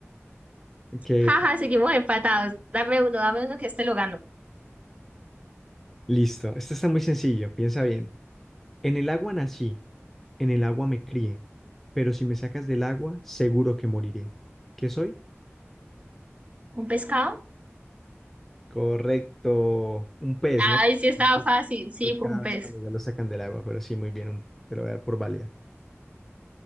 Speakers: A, in the centre; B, on the right.
A: Ok,
B: Jaja,
A: ok.
B: seguimos empatados. Dame uno, dame uno que este lo gano.
A: Listo, esto está muy sencillo, piensa bien. En el agua nací, en el agua me crié, pero si me sacas del agua, seguro que moriré. ¿Qué soy?
B: ¿Un pescado?
A: Correcto, un pez,
B: Ay,
A: ¿no?
B: sí estaba
A: Un pez
B: fácil. Sí,
A: Pues
B: pues
A: cada
B: un pez.
A: vez cuando ya lo sacan del agua, pero sí, muy bien, un- te lo voy a dar por válida.